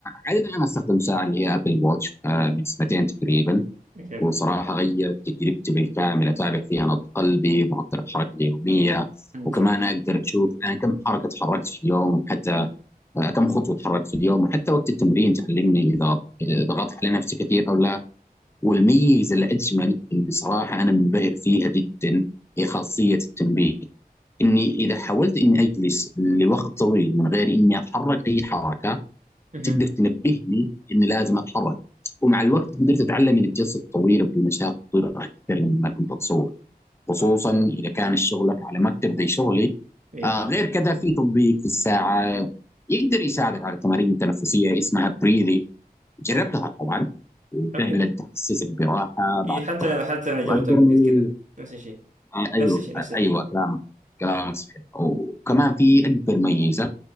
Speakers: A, on the left; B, on the right.
A: عادة أنا أستخدم ساعة اللي هي أبل واتش آه من سنتين تقريبا
B: أوكي
A: وصراحة غيرت تجربتي بالكامل أتابع فيها نبض قلبي معدل الحركة اليومية
B: أمم،
A: وكمان
B: صح
A: أقدر أشوف أنا كم حركة تحركت في اليوم حتى آه كم خطوة تحركت في اليوم وحتى وقت التمرين تعلمني إذا إذا ضغطت على نفسي كثير أو لا والميزة الأجمل اللي صراحة أنا منبهر فيها جدا هي خاصية التنبيه إني إذا حاولت إني أجلس لوقت طويل من غير إني أتحرك أي حركة
B: أها،
A: تقدر تنبهني اني لازم اتحرك ومع الوقت قدرت اتعلم من الجلسه الطويله بدون مشاكل اكثر مما كنت اتصور خصوصا
B: صح
A: اذا كان شغلك على مكتب زي شغلي
B: إيه
A: آه غير كذا في تطبيق في الساعه يقدر يساعدك على تمارين تنفسيه اسمها بريذي جربتها
B: أوه.
A: طبعا وفعلا
B: أوكي
A: تحسسك براحه
B: إيه
A: بعد
B: حتى
A: الضغط
B: أنا حتى أنا جربتها
A: واكبر
B: قبل
A: ميز
B: كده نفس الشيء
A: آه، ايوه
B: نفس الشيء نفس
A: آه،
B: ال...
A: ايوه كلامك كلامك صحيح وكمان في اكبر ميزه